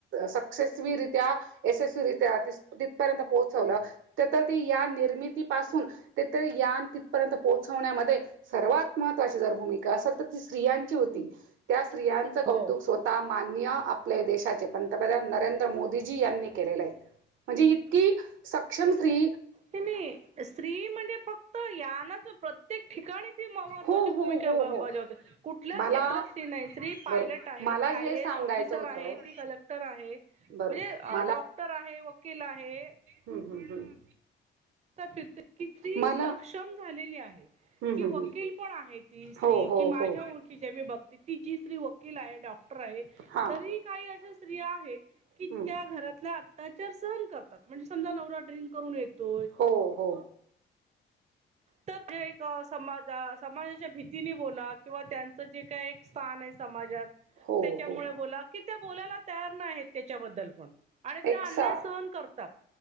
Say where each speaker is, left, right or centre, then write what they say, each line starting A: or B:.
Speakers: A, on the right; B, on the right.
A: सक्सेस वि रित्या यशस्वी रित्या <unintelligible> तिथपर्यंत पोहोचवलं. त्या तर ती या निर्मितीपासून ते तर यान तिथपर्यंत पोहोचवण्यामध्ये. सर्वात महत्त्वाची जर भूमिका असेल तर ती स्त्रियांची होती त्या स्त्रियांचं कौतुक
B: हो
A: स्वतः. मान्य आपले देशाचे पंतप्रधान नरेंद्र मोदीजी यांनी केलेले आहे. म्हणजे इतकी सक्षम फ्री.
B: ते मी स्त्री म्हणजे फक्त यांनाच प्रत्येक ठिकाणी. महत्त्वाची
A: हो हो
B: भूमिका
A: हो
B: बजावते.
A: हो
B: कुठल्या
A: मला
B: क्षेत्रात स्त्री नाही स्त्री पायलट
A: बरोबर
B: आहे
A: मला
B: ती आय
A: हे
B: ए
A: सांगायचं
B: एस ऑफिसर
A: होतं
B: आहे ती कलेक्टर. आहे
A: बरोबर
B: म्हणजे डॉक्टर आहे वकील आहे.
A: हम् हम हम्.
B: फिरत किती
A: मला
B: सक्षम झालेली आहे.
A: हम्म
B: की
A: हम्म
B: वकील
A: हम्म
B: पण आहे ती श्री
A: हो हो
B: की माझ्या
A: हो
B: ओळखी जे मी बघते ती जी श्री वकील आहे डॉक्.
A: हा
B: तरी काही अशा स्त्रिया आहेत की
A: हम्म
B: त्या घरातल्या. त्याच्यावर सहन करतात म्हणजे समजा नवरा ड्रिंक करून येतो.
A: हो हो.
B: तर ज एक समाज समाजाच्या भीतीने बोला किंवा त्यांचं जे काय स्थान आहे समाजात.
A: हो
B: त्याच्यामुळे
A: हो
B: बोला की त्या बोलायला तयार नाही आहेत त्याच्याबद्दल पण. आणि अन्याय
A: एक सा
B: सहन करतात.